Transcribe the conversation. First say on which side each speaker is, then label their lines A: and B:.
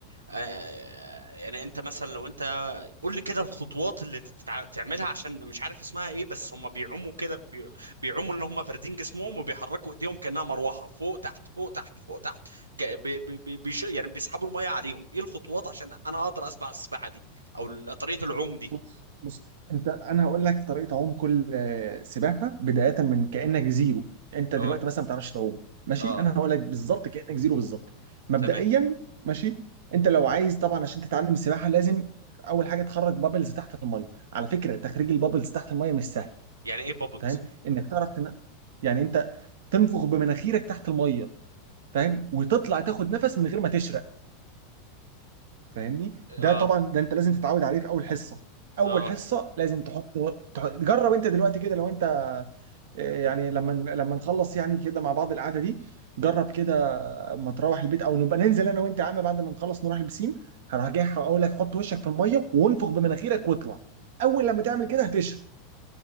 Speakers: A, on the right (about 85°); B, on the right (about 65°).
A: آه، يعني انت مثلا لو انت قول لي كده الخطوات اللي تتع... تعملها عشان مش عارف اسمها ايه بس هم بيعوموا كده بي... بيعوموا ان هم فاردين جسمهم وبيحركوا ايديهم كأنها مروحة فوق تحت فوق تحت فوق تحت ك... بي... بي... بي... بيش... يعني بيسحبوا المية عليهم ايه الخطوات عشان انا اقدر اسبح السباحة دي او ال- طريقة العوم دي
B: بص بص انت انا هقول لك طريقه عوم كل آه، سباحه بدايه من كانك زيرو انت
A: اه
B: دلوقتي مثلا ما بتعرفش تعوم ماشي
A: اه
B: انا هقول لك بالظبط كانك زيرو بالظبط مبدئيا
A: تمام
B: ماشي انت لو عايز طبعا عشان تتعلم السباحه لازم اول حاجه تخرج بابلز تحت الميه على فكره تخريج البابلز تحت الميه مش سهل
A: يعني ايه بابلز
B: فاهم انك تعرف تن... يعني انت تنفخ بمناخيرك تحت الميه فاهم وتطلع تاخد نفس من غير ما تشرق فاهمني ده
A: اه
B: طبعا ده انت لازم تتعود عليه في اول حصه اول
A: اه
B: حصه لازم تحط تح- جرب انت دلوقتي كده لو انت آه، يعني لما لما نخلص يعني كده مع بعض القعده دي جرب كده ما تروح البيت او نبقى ننزل انا وانت يا عم بعد ما نخلص نروح البسين هروح جاي اقول لك حط وشك في الميه وانفخ بمناخيرك واطلع اول لما تعمل كده هتشرب